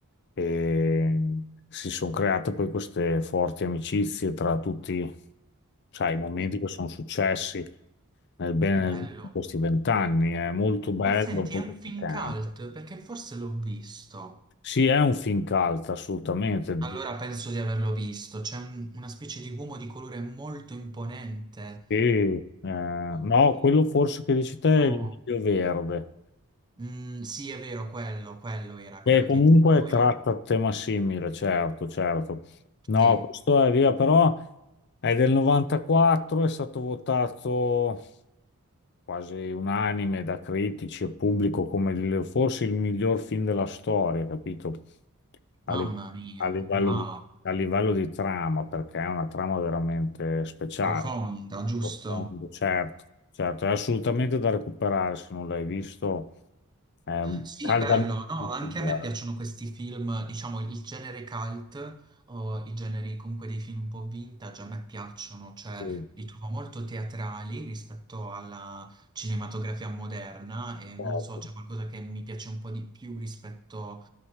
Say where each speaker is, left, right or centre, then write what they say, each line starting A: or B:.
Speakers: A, on the left; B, on the right.
A: e si sono create poi queste forti amicizie tra tutti, sai, i momenti
B: Mm,
A: che sono successi nel bene
B: Bello.
A: e nel male di questi vent'anni. È molto bello,
B: Ma senti,
A: molto
B: è un film
A: toccante.
B: cult perché forse l'ho visto.
A: Sì, è un film cult, assolutamente.
B: Allora penso di averlo visto. C'è un- una specie di uomo di colore molto imponente.
A: E, eh,
B: Ok,
A: no, quello forse che dici te
B: no.
A: è il miglio verde.
B: Mm, sì, è vero, quello, quello era quello
A: Beh, comunque
B: che intendevo
A: tratta
B: io.
A: un tema simile, certo, certo. No,
B: Sì,
A: questo è via, però è del 94, è stato votato quasi unanime da critici e pubblico come il- forse il miglior film della storia, capito? A,
B: mamma
A: li-
B: mia,
A: a livello
B: wow,
A: di, a livello di trama, perché è una trama veramente speciale,
B: profonda, giusto?
A: profondo, certo, certo, è assolutamente da recuperare se non l'hai visto. È un-
B: Sì,
A: caldamente.
B: bello, no?
A: consigliato.
B: Anche a me piacciono questi film, diciamo il genere cult o i generi comunque dei film un po' vintage, a me piacciono, cioè
A: Sì,
B: li trovo molto teatrali rispetto alla cinematografia moderna e non
A: certo,
B: lo so, c'è qualcosa che mi piace un po' di più rispetto